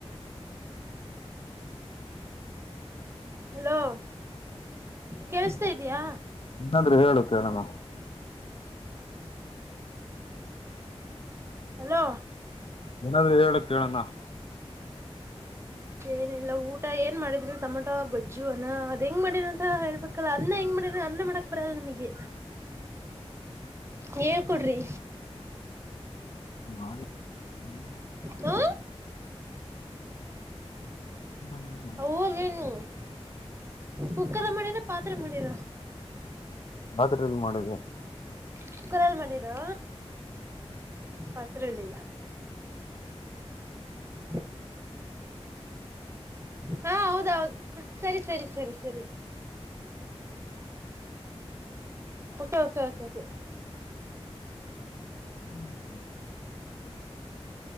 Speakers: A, on the right (about 25°); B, on the left (about 60°).
A: ಹಲೋ ಕೇಳಿಸ್ತಾ ಇದಿಯಾ.
B: ಏನಾದ್ರು ಹೇಳು ಕೇಳೋಣ
A: ಹಲೋ
B: ಏನಾದ್ರೂ ಹೇಳಕ್ ಕೇಳಣ.
A: ಏನಿಲ್ಲ ಊಟ ಏನ್ ಮಾಡಿದ್ರರು ಟಮೊಟೋ ಗೊಜ್ಜು ಅನ್ನ ಅದ ಹೆಂಗ್ ಮಾಡಿದ್ರಿ ಅಂತ ಹೇಳ್ಬೇಕಲ್ಲ ಅ. ಅನ್ನ ಹೆಂಗ ಮಾಡ್ರ ಅನ್ನ ಮಾಡಕ್ ಬರಲ್ಲ ನಿಮಗೆ.
B: <inaudible>
A: ಹೇಳ ಕೊಡ್ರಿ.
B: <inaudible> ನಮಗೆ.
A: ಹಾ.
B: ನಂಗೆ
A: ಹದೇನು ಕುಕ್ಕರ ಮಾಡಿರ ಪಾತ್ರೆ ಮಾಡಿರ.
B: ಪಾತ್ರಲ್ಲಿ ಮಾಡಿದೆ.
A: ಕುಕ್ಕರ್ ಅಲ್ಲಿ ಮಾಡಿರಾ ಪಾತ್ರ ಅಲ್ಲಿ. <inaudible> ಹಾ ಹೌದೌದು. ಸರಿ ಸರಿ ಸರಿ ಸರಿ. Okay okay okay.
B: ನೀ <inaudible>